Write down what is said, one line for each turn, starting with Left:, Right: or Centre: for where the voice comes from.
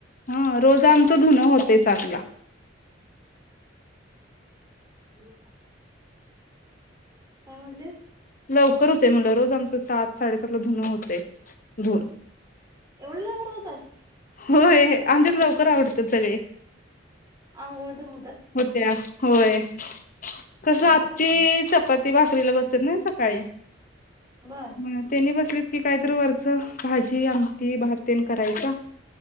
Left: हा रोज आमचं
Right: टाक
Left: धुन होत सातला.
Right: हं <unintelligible> काय म्हणलिस?
Left: लवकर होते म्हणलं रोज आमच सात साडेसातला धुन होते धुवून.
Right: एवढं लवकर धुतास?
Left: होय आमच्यात लवकर आवरतात सगळे.
Right: अंघोळ तर मु
Left: होतेया होय. कसं
Right: हा
Left: आमटी,
Right: हा हा
Left: चपाती, भात <unintelligible> बसतात ना हे सकाळी हं
Right: बर
Left: त्यांनी बसले की कायतर वरच भाजी, आमटी, भाततेन करायच्या.